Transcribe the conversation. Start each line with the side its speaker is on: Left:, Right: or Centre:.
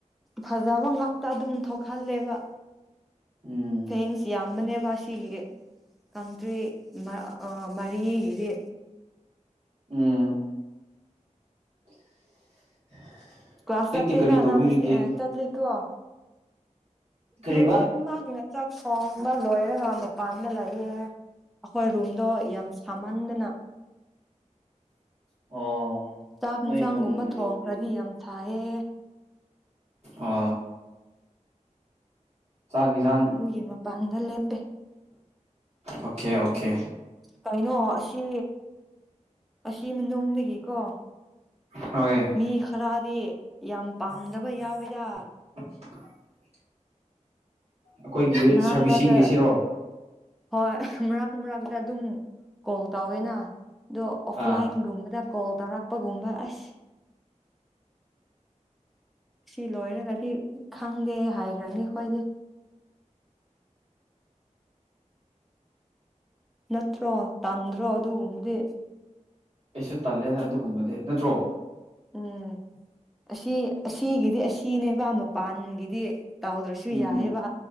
Centre: ꯐꯖꯕ ꯉꯥꯛꯇ ꯑꯗꯨꯝ ꯊꯣꯛꯍꯜꯂꯦꯕ
Right: ꯎꯝ
Centre: ꯐꯦꯟꯁ ꯌꯥꯝꯅꯅꯦꯕ ꯑꯁꯤꯒꯤ ꯀꯟꯇ꯭ꯔꯤ ꯃ ꯑ ꯃꯔꯤꯒꯤꯗꯤ
Right: ꯎꯝ <inaudible>
Centre: ꯀ꯭ꯂꯥꯁ ꯆꯠꯇꯦꯅ
Right: ꯀꯔꯤ ꯇꯧꯕꯤꯔꯤꯒꯦ
Centre: ꯅꯪ ꯉꯁꯤ ꯑꯦ ꯆꯠꯂꯤꯀꯣ
Right: ꯀꯔꯤꯕ
Centre: ꯍꯧꯖꯤꯛ ꯃꯥꯒꯤꯅ ꯆꯥꯛ ꯊꯣꯡꯕ ꯂꯣꯏꯔꯒ ꯃꯄꯥꯟꯗ ꯂꯥꯛꯏꯌꯦ ꯑꯩꯈꯣꯏ ꯔꯨꯝꯗꯣ ꯌꯥꯝ ꯁꯥꯃꯟꯗꯅ
Right: <inaudible> ꯑꯣ
Centre: ꯆꯥꯛ
Right: ꯅꯣꯏ
Centre: ꯌꯦꯟꯁꯥꯡꯒꯨꯝꯕ
Right: ꯀꯨꯝ
Centre: ꯊꯣꯡꯈ꯭ꯔꯗꯤ
Right: ꯔꯣꯝꯗꯤ
Centre: ꯌꯥꯝ ꯁꯥꯏꯌꯦ
Right: ꯑ ꯆꯥꯛ ꯖꯥꯡ
Centre: ꯑꯗꯨꯒꯤ ꯃꯄꯥꯟꯗ ꯂꯦꯞꯄꯦ
Right: ꯑꯣꯀꯦ ꯑꯣꯀꯦ
Centre: ꯀꯩꯅꯣ ꯑꯁꯤ ꯑꯁꯤ ꯃꯅꯨꯡꯗꯒꯤꯀꯣ
Right: ꯍꯣꯏ
Centre: ꯃꯤ ꯈꯔꯗꯤ ꯌꯥꯝ ꯄꯥꯝꯗꯕ ꯌꯥꯎꯏꯗ
Right: <inaudible> ꯑꯩꯈꯣꯏꯒꯤ
Centre: ꯃꯔꯛ
Right: ꯁꯔꯕꯤꯁꯤꯡꯒꯤꯁꯤꯔꯣ
Centre: ꯃꯔꯛꯇ ꯍꯣꯏ ꯃꯔꯛ ꯃꯛꯇꯛꯇ ꯑꯗꯨꯝ ꯀꯣꯜ ꯇꯧꯋꯦꯅ ꯑꯗꯣ ꯑꯣꯐꯂꯥꯏꯟꯒꯨꯝꯕꯗ
Right: ꯑꯥ
Centre: ꯀꯣꯜ ꯇꯧꯔꯛꯄꯒꯨꯝꯕ ꯑꯁ ꯁꯤ ꯂꯣꯏꯔꯒꯗꯤ ꯈꯪꯗꯦ ꯍꯥꯏꯈ꯭ꯔꯅꯤ ꯑꯩꯈꯣꯏꯗꯤ ꯅꯠꯇ꯭ꯔꯣ ꯇꯥꯟꯗ꯭ꯔꯣ ꯑꯗꯨꯒꯨꯝꯕꯗꯤ
Right: ꯑꯩꯁꯨ ꯇꯜꯂꯦꯗ ꯑꯗꯨꯒꯨꯝꯕꯗꯤ ꯅꯠꯇ꯭ꯔꯣ
Centre: ꯎꯝ ꯑꯁꯤ ꯑꯁꯤꯒꯤꯗꯤ ꯑꯁꯤꯅꯦꯕ ꯃꯄꯥꯟꯒꯤꯗꯤ ꯇꯧꯗ꯭ꯔꯁꯨ
Right: ꯎꯝ
Centre: ꯌꯥꯏꯑꯦꯕ